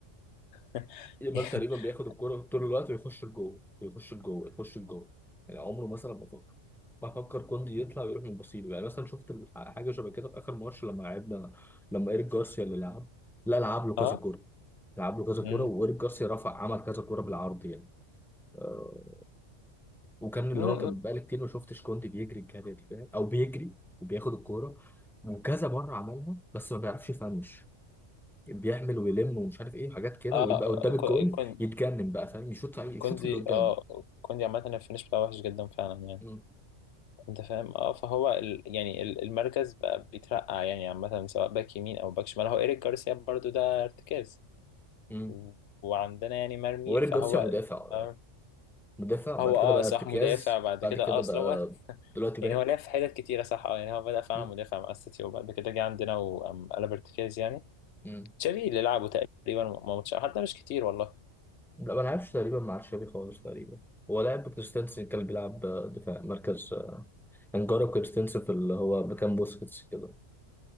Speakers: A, on the left (about 70°); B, in the centre.
A: <laughs>
B: يامال تقريبا بياخد الكرة طول الوقت ويخش لجوه يخش لجوه يخش لجوه يعني عمره مثلا ما فكر بفكر كوندي يطلع ويروح من بصيله يعني مثلا شفت الح- حاجه شبه كده في اخر ماتش لما لعبنا لما ايريك جارسيا اللي لعب لا لعب له كذا
A: اه
B: كوره لعب له كذا
A: مم.
B: كوره وايريك جارسيا رفع عمل كذا كوره بالعرض يعني آه، وكان اللي
A: مم.
B: هو
A: مم.
B: كان بقالي كتير ما شفتش كوندي بيجري الجري دي فاهم او بيجري وبياخد الكوره وكذا مره عملها بس ما بيعرفش يفنش بيعمل ويلم ومش عارف ايه حاجات كده
A: اه
B: ويبقى قدام الجون
A: كو- كون-
B: يتجنن بقى فاهم يشوط في- يشوط
A: كوندي
B: في اللي قدامه
A: اه كوندي عامة الفينش بتاعه وحش جدا فعلا يعني
B: مم.
A: انت فاهم اه فهو ال... يعني ال- المركز بقى بيترقع يعني عامة سواء باك يمين او باك شمال هو ايريك جارسيا برضو ده ارتكاز
B: مم.
A: و... وعندنا يعني مرمي
B: وإيريك
A: فهو
B: جارسيا مدافع
A: آه
B: يعني مدافع بعد
A: هو
B: كده
A: اه
B: بقى
A: صح
B: ارتكاز
A: مدافع بعد
B: بعد
A: كده
B: كده
A: اه اصل
B: بقى
A: هو
B: دلوقتي باك
A: يعني هو لعب في حتت كتيرة صح اه يعني هو بدأ فعلا
B: مم.
A: مدافع مع السيتي وبعد كده جه عندنا وقلب ارتكاز يعني
B: مم.
A: تشافي اللي لعبه تقريبا ماتش حتى مش كتير والله
B: لا ما لعبش تقريبا مع تشافي خالص تقريبا هو لعب كريستنسن كان بيلعب آه، دفاع مركز آه، انجارو كريستنسن في اللي هو مكان بوسكيتس كده